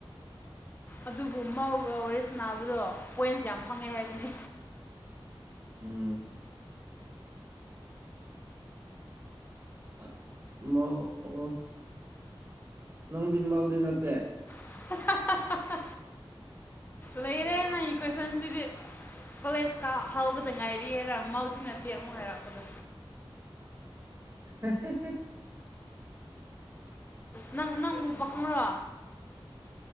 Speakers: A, on the left; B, on the right.
A: ꯑꯗꯨꯕꯨ ꯃꯧꯒ ꯑꯣꯔꯤꯁꯤ ꯅꯥꯕꯗꯣ ꯄꯣꯏꯟꯁ ꯌꯥꯝ ꯐꯪꯉꯦ ꯍꯥꯏꯕꯅꯤ
B: ꯎꯝ ꯑ ꯃ ꯑꯣ ꯅꯪ ꯕꯥꯎꯗ ꯅꯠꯇꯦ
A: <inaudible> ꯂꯩꯔꯦ ꯅ ꯏ ꯀ꯭ꯋꯦꯁꯟꯁꯤꯗꯤ ꯀꯣꯂꯦꯖꯇ ꯍꯧꯕꯗ ꯉꯥꯏꯔꯤꯔ ꯃꯥꯗꯤ ꯅꯠꯇꯦ ꯑꯃꯨꯛ ꯍꯥꯏꯔꯛꯄꯗ
B: <inaudible> <inaudible>
A: ꯅꯪ ꯅꯪꯕꯨ ꯄꯥꯈꯪꯣ